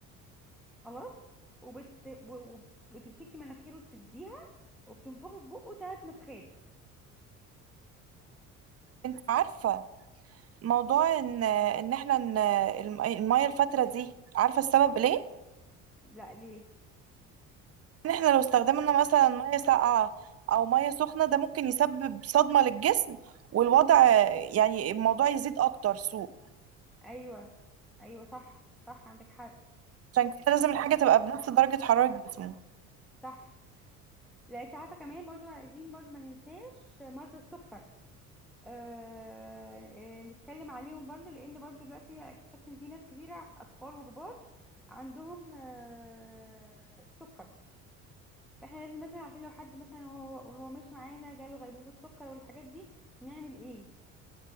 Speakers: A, in the centre; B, on the right.
A: خلاص وبت و- و- وبتمسكي مناخيره تسديها وبتنفخي في بقه ثلاث نفخات
B: انت عارفه موضوع ان ان احنا ان الم- الميه الفتره دي عارفه السبب ليه
A: لا ليه
B: ان احنا لو استخدمنا مثلا ميه ساقعه او ميه سخنه ده ممكن يسبب صدمه للجسم والوضع يعني الموضوع يزيد اكتر سوء
A: ايوه ايوه صح صح عندك حق
B: عشان كده لازم الحاجه تبقى بنفس درجه حراره جسمه
A: صح لا انت عارفه كمان برضو عايزين برضو ما ننساش مرضى السكر آه آه نتكلم عليهم برضو لان برضو دلوقتي اكتشفت ان في ناس كتيره اطفال وكبار عندهم آه السكر فاحنا لازم مثلا عارفين لو حد مثلا هو هو ماشي معانا جاله غيبوبه سكر والحاجات دي نعمل ايه